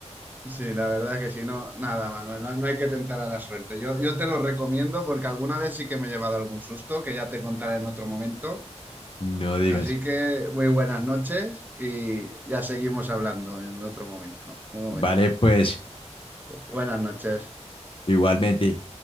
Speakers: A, on the right; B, on the left.
A: Sí, la verdad es que si no, nada, Manuel, no, no hay que tentar a la suerte. Yo, yo te lo recomiendo porque alguna vez sí que me he llevado algún susto, que ya te contaré en otro momento.
B: no digas,
A: Así que muy buenas noches y ya seguimos hablando en otro momento. Un momento.
B: vale, pues,
A: Buenas noches.
B: igualmente.